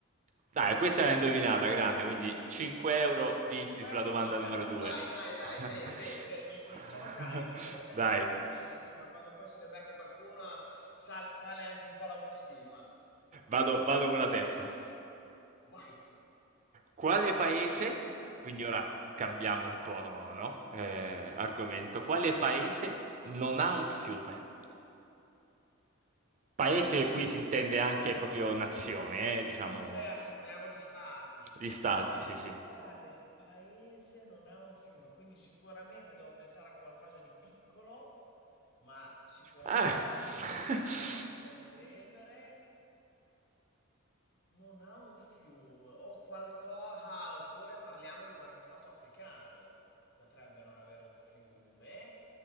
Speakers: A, on the right; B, on the left.
A: Dai, questa l'ha indovinata, grande, quindi 5 euro vinti
B: 5
A: sulla
B: euro
A: domanda
B: ci siamo,
A: numero 2.
B: dai, dai,
A: <laughs>
B: dai, bene, bene, bene, mi, mi- sono carico, sono carico
A: Dai,
B: perché insomma quando poi se ne becca qualcuno sale, sale anche un po' l'autostima.
A: vado, vado con la terza.
B: Vai.
A: Quale paese, quindi ora cambiamo un po', no? Eh,
B: Sì?
A: argomento. Quale paese non ha un fiume? Paese qui si intende anche proprio nazione, eh, diciamo,
B: Certo, parliamo di stati.
A: gli stati, sì, sì.
B: Quale paese non ha un fiume? Quindi sicuramente devo pensare a qualcosa di piccolo, ma sicuramente
A: Ah.
B: non il Vaticano
A: <laughs>
B: perché c'è il Tevere. Non ha un fiume o qualcosa, oppure parliamo di qualche stato africano. Potrebbe non avere un fiume,